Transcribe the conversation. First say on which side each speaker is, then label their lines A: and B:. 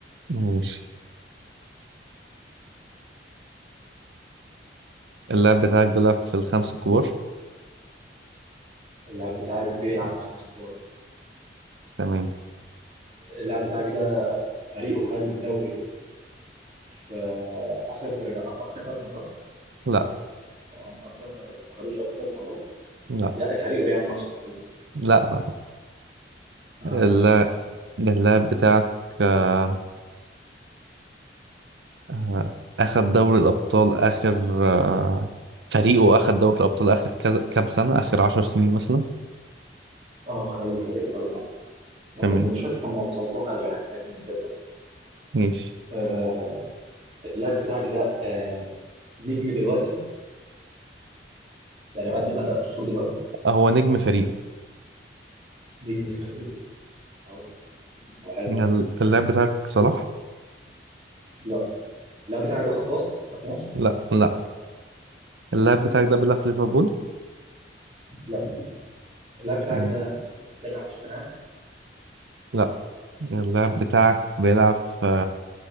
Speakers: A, on the right; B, on the right.
A: ماشي اللاعب بتاعك بيلعب في الخمسة الكبار
B: اللاعب بتاعي بيلعب في خمسة كبار
A: تمام
B: اللاعب بتاعك ده فريقه خد الدوري في اخر اربع اخر ثلاث مرات
A: لا
B: اه اخر ثلاث مرات ما خدوش اخر ثلاث مرات
A: لا
B: يعني فريقه يعني اقصد فريقه
A: لا لا
B: اه
A: اللاعب
B: ماشي
A: اللاعب بتاعك آه، آه، أخد دوري الأبطال آخر آه، فريقه أخد دوري الأبطال آخر كذا- كام سنة آخر عشر سنين مثلا
B: اه خدوا فريقه خدوا مره والله
A: تمام
B: مش فاكر كم مره بس خلاص هو خدوا يعني لكن فريقه خدوا
A: ماشي
B: آه اللاعب بتاعك ده آه نجم دلوقتي يعني مقدم اداء اسطوري دلوقتي
A: هو نجم فريقه
B: نجم فريقه اه هو حلو
A: يعني اللاعب بتاعك صلاح
B: لا اللاعب بتاعك ده خط وسط خط نص
A: لا لا اللاعب بتاعك ده بيلعب في ليفربول
B: لا اللاعب بتاعك
A: تمام
B: ده بيلعب في توتنهام
A: لا اللاعب بتاعك بيلعب في